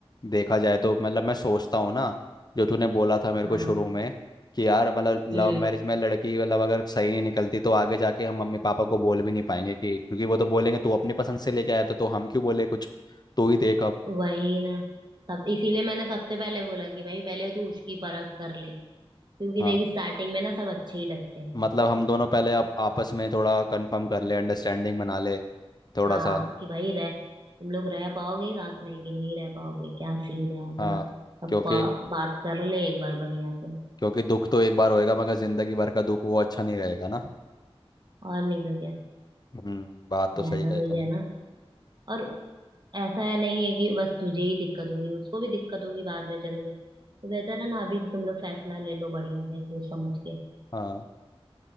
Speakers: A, on the left (about 40°); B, on the right (about 45°).
A: देखा जाए तो मतलब मैं सोचता हूँ ना जो तूने बोला था मेरे
B: हाँ
A: को शुरू में कि यार मतलब लव
B: हम्म
A: मैरिज में लड़की मतलब अगर सही नहीं निकलती तो आगे जाके हम मम्मी पापा को बोल भी नहीं पाएंगे कि क्योंकि वो तो बोलेंगे तू अपनी पसंद से लेके आया था तो हम क्यों बोले कुछ तू ही देख अब
B: वही ना तब इसीलिए मैंने सबसे पहले बोला कि भाई पहले तू उसकी परख कर ले क्योंकि
A: हाँ
B: देखी स्टार्टिंग में ना सब अच्छे ही लगते हैं
A: मतलब हम दोनों पहले अब आपस में थोड़ा कंफर्म कर ले अंडरस्टैंडिंग बना ले थोड़ा
B: हाँ
A: सा
B: कि भाई रह तुम लोग रह पाओगे साथ में कि नहीं रह पाओगे क्या सीन है ऐसा
A: हाँ
B: सब सब
A: क्योंकि
B: बा- बात कर ले एक बार बढ़िया से
A: क्योंकि दुख तो एक बार होएगा मगर जिंदगी भर का दुख वो अच्छा नहीं रहेगा ना
B: और नहीं तो क्या
A: हम्म बात तो
B: रहना
A: सही कही
B: तुझे
A: तूने
B: है ना और ऐसा है नहीं है कि बस तुझे ही दिक्कत होगी उसको भी दिक्कत होगी बाद में चल के तो बेहतर है ना अभी से तुम लोग फैसला ले लो बढ़िया से सोच समझ के
A: हाँ